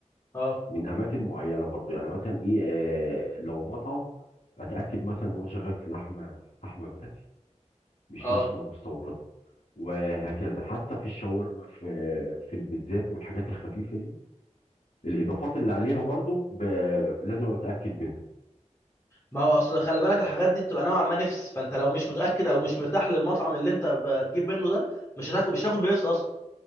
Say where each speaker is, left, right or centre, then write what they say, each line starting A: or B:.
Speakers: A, on the left; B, on the left.
A: اه
B: من اماكن معينه برضو يعني مثلا ايه آه لو مطعم اتاكد مثلا ان هو شغال في لحمه لحمه بلدي مش
A: اه
B: لحمه مستورده وهكذا حتى في الشاورما في في البيتزات والحاجات الخفيفه دي الاضافات اللي عليها برضو ب... لازم اتاكد منها
A: ما هو اصل خلي بالك الحاجات دي بتبقى نوعا ما نفس فانت لو مش متاكد او مش مرتاح للمطعم اللي انت هتجيب منه ده مش هتاكل مش هتاكل بنفس اصلا